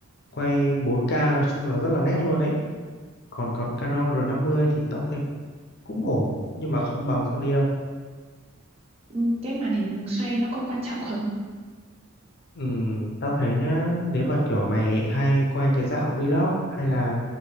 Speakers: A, on the left; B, on the right.
A: quay 4K nói chung là rất là nét luôn đấy còn con Canon R50 thì tao thấy cũng ổn nhưng mà không bằng Sony đâu
B: Ừ, Cái màn hình xoay nó có quan trọng không?
A: Ừm, tao thấy nhá nếu mà kiểu mày hay quay cái dạng vlog hay là